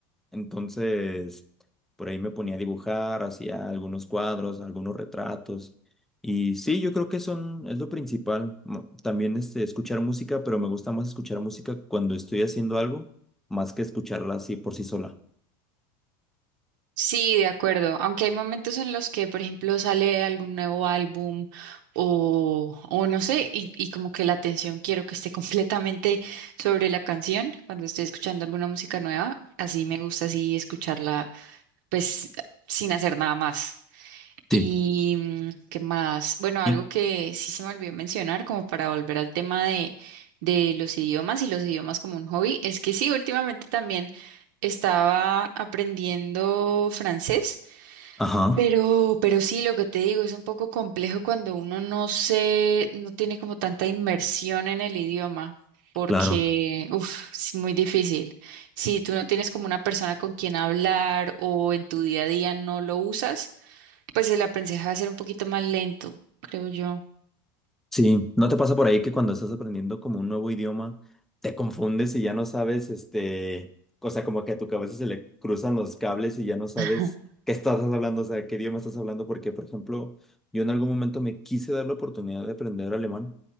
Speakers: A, in the centre; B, on the right.
A: Entonces, por ahí me ponía a dibujar, hacía algunos cuadros, algunos retratos. Y sí, yo creo que son, es lo principal. Mo- También este, escuchar música, pero me gusta más escuchar música cuando estoy haciendo algo, más que escucharla así por sí sola.
B: Sí, de acuerdo. Aunque hay momentos en los que, por ejemplo, sale algún nuevo álbum o, o no sé, y, y como que la atención quiero que esté <laughs> completamente sobre la canción cuando estoy escuchando alguna música nueva. Así me gusta así escucharla, pues, sin hacer nada más.
A: Sí.
B: Y mm, qué más, bueno, algo
A: ¿Y
B: que sí se me olvidó mencionar, como para volver al tema de, de los idiomas y los idiomas como un hobby, es que sí, últimamente también estaba aprendiendo francés.
A: Ajá,
B: Pero, pero sí, lo que te digo es un poco complejo cuando uno no se, no tiene como tanta inmersión en el idioma, porque,
A: claro.
B: uff, es muy difícil. Si tú no tienes como una persona con quien hablar o en tu día a día no lo usas, pues el aprendizaje va a ser un poquito más lento, creo yo.
A: Sí, ¿no te pasa por ahí que cuando estás aprendiendo como un nuevo idioma, te confundes y ya no sabes, este, o sea, como que a tu cabeza se le cruzan los cables y ya no sabes
B: <laughs>
A: qué estás hablando, o sea, qué idioma estás hablando? Porque, por ejemplo, yo en algún momento me quise dar la oportunidad de aprender alemán,